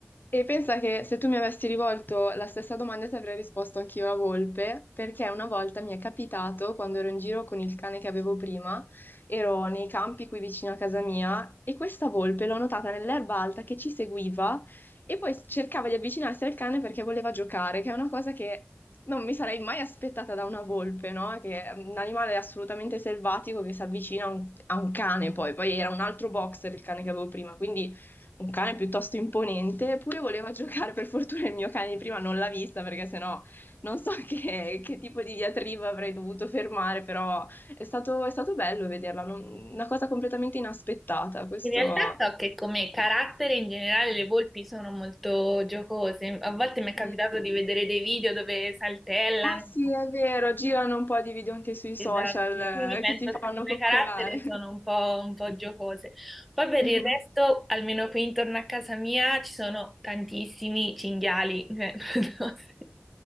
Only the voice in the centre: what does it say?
In realtà so che come carattere in generale le volpi sono molto giocose, a volte mi è capitato
di vedere dei video dove saltellano.
Esatto, quindi
penso
che come
carattere sono un po', un po' giocose. Poi per
il resto, almeno qui intorno a casa mia, ci sono tantissimi cinghiali, cioè, <laughs> non so se-